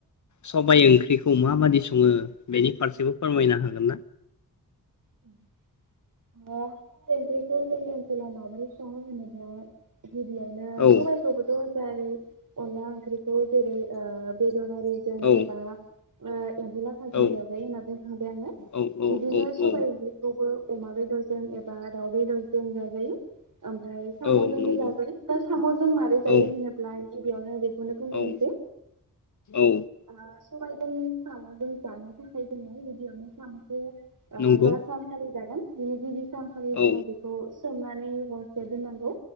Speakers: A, on the left (about 50°); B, on the right (about 55°).
A: सबाय ओंख्रिखौ माबादि सङो बेनि फारसेबो फोरमायनो हागोन ना
B: <unintelligible> सबाय ओंख्रिखौ जोंनि ओनसोलाव माबादि सङो होनबोला गिबियावनो
A: औ
B: सबायखौबोथ' <unintelligible> अनला ओंख्रि खौ जेरै ओ बेदर आरिजों
A: औ
B: एबा ओ एमफौ लाथाजों
A: औ
B: जाजायो होनना बुंखांबाय आङो
A: औ औ
B: बिदिनो
A: औ
B: सबाय
A: औ
B: ओंख्रिखौबो अमा बेदरजों एबा दाउ बेदर जों जाजायो आमफ्राय साम'जोंबो
A: औ नंगौ
B: जाजायो दा साम'जों माबोरै जायो
A: औ
B: होनोब्ला गिबियावनो बेख
A: औ औ
B: <unintelligible> सबायजों साम'जों जानो थाखाय जों गिबियावनो साम'खौ आ
A: नंगौ
B: जा सानखालि जागोन बिनि गिबि सानखालि जोङो
A: औ
B: बेखौ सोमनानै हरसे दोननां गौ